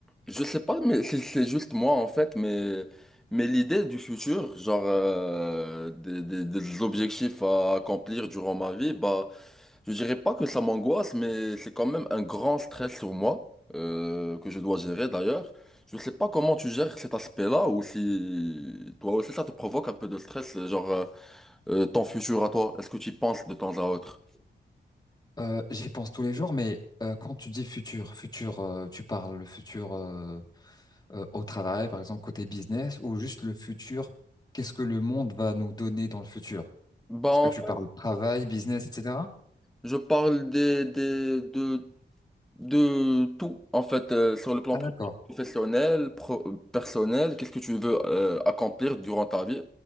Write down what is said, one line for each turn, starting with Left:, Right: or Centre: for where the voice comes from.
Centre: Je sais pas, mais c'est c'est juste moi en fait, mais, mais l'idée du futur, genre euh, des, des- des objectifs à accomplir durant ma vie, bah, je dirais pas que ça m'angoisse, mais c'est quand même un grand stress sur moi, euh, que je dois gérer d'ailleurs. Je sais pas comment tu gères cet aspect-là, ou si toi aussi ça te provoque un peu de stress, genre euh, euh, ton futur à toi, est-ce que tu y penses de temps à autre?
Left: Euh, j'y pense tous les jours, mais euh, quand tu dis futur, futur, euh, tu parles le futur euh, euh, au travail, par exemple côté business, ou juste le futur, qu'est-ce que le monde va nous donner dans le futur?
Centre: Bah
Left: Est-ce que tu
Centre: en fait,
Left: parles travail, business, etc.?
Centre: je parle des, des, de, De tout, en fait, euh, sur le plan
Left: Ah d'accord.
Centre: professionnel, pro- personnel, qu'est-ce que tu veux euh, accomplir durant ta vie